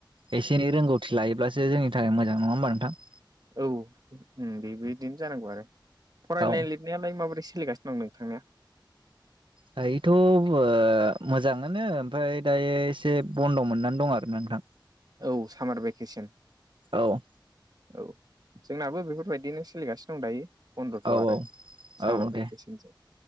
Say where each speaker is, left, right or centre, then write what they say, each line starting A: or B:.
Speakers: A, on the right (about 80°); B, on the right (about 50°).
A: एसे एन रोंगौथि लायोब्लासो जोंनि थाखाय मोजां नङा होनबा नोंथां?
B: औ बेबायदिनो जानांगौ आरो फराय
A: औ
B: ल यालाय माबोरै सलिगासिनो दं नोंथांनिया?
A: दायोथ' मोजाङानो ओमफ्राय दायो एसे बन्द' मोननानै दं आर ना नोंथां।
B: औ सामार भेकेसन।
A: औ
B: औ जोंनाबो बेफोरबायदिनो सोलिगासिनो दं दायो। बन्दथ'
A: औ
B: आरो सान
A: औ औ
B: बेखेसिनस
A: दे